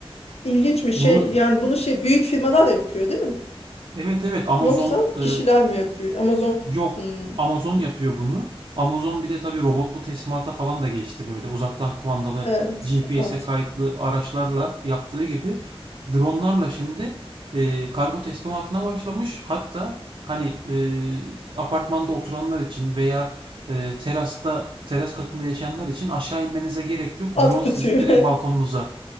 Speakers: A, on the left (about 80°); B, on the right (about 55°).
A: İlginç bir şey.
B: Bunu
A: Yani bunu şey büyük firmalar yapıyor değil mi?
B: Evet evet Amazon
A: Yoksa
B: e,
A: kişiler mi yapıyor? Amazon.
B: Yok.
A: Hmm,
B: Amazon yapıyor bunu. Amazon bir de tabii robotlu teslimata falan da geçti böyle. Uzaktan kumandalı
A: evet.
B: GPS'e
A: At.
B: kayıtlı araçlarla yaptığı gibi dronlarla şimdi e, kargo teslimatına başlamış. Hatta hani e, apartmanda oturanlar için veya e, terasta teras katında yaşayanlar için aşağı inmenize gerek yok. Drone
A: At kutuyu.
B: sizin direkt balkonunuza.